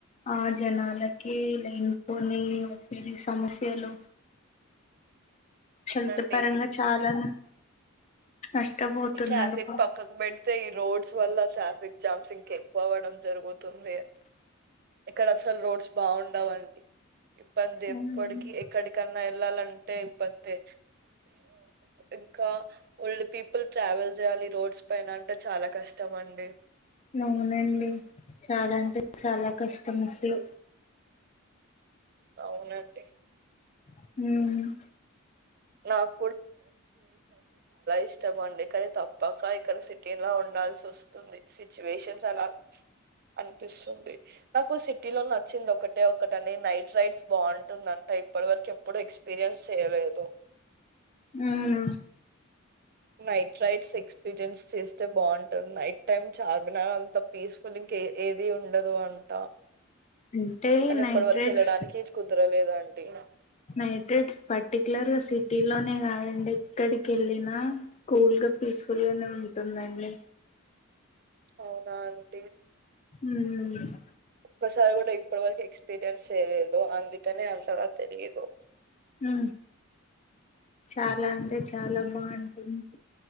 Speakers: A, on the left; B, on the right.
A: ఆ జనాలకి లైన్ పోని పని సమస్యలు శల్త
B: అవునండి
A: పరంగా చాలా నష్టపోతున్నారు
B: ట్రాఫక్
A: పాపం
B: పక్కకు పెడ్ తే ఈ రోడ్స్ వల్ల ట్రాఫిక్ జామ్సింగ్ కే పోవడం మ్ జరుగుతుంది ఇక్కడ ఫుల్ రోడ్స్ బాగుండవంటి ఇబ్బంది ఎప్పటికి
A: మ్మ్
B: ఎక్కడికన్నా పిల్లలంటే ఇపోతే ఇంకా ఓల్డ్ పిపు ఇప్పుల్ ట్రావెల్ చేయాలి రోడ్స్ పైన అంటే చాలా కష్టం అండి
A: అవునండి చాలా అంటే చాలా కష్టటమస్లు
B: అవునండి
A: హ
B: నాకు ఇష్ట బండి కానీ తప్పక ఇక్కడ సిటీ లో ఉండాల్సి వస్తుంది సిచ్యువేషన్స్ అలా అనిపిస్తుంది నాకు సిటీ లో నచ్చింది ఒకటే ఒకటని నైట్ రైడ్స్ బాగుంటుందంట ఇప్పటి వరకు ఎప్పుడు ఎక్స్పీ ఎక్స్పీరియన్స్ చేయలేదు
A: అవునా
B: నైట్ రైడ్స్ ఎక్స్పీరియన్స్ చేస్తే బాగుంటది నైట్ టైమ్ చార్మినార్ అంతా పీస్ఫుల్ ఇంకా ఏది ఉండదు అంటం
A: అంటే
B: కానీ ఇప్పటి
A: నైట్రేట్స్
B: వరకి వెళ్ళడానికి ఇది కుదరలేదుండి ఇగ
A: నైట్రెడ్స్ పర్టికు్యలర్గా సిటీలోనే కాదండి ఇక్కడికి వెళ్ళినా కూల్గా పీస్ఫుల్గానే ఉంటుందండి
B: అవునా అండి
A: హ
B: ఒక్కసారి కూడా ఇప్పటి వరకు ఎక్స్పీరియన్స్ చేయలేదు అందుకనే అంతగా తెలియదు
A: ఉ చాలా అంటే చాలా బాగుంటుంది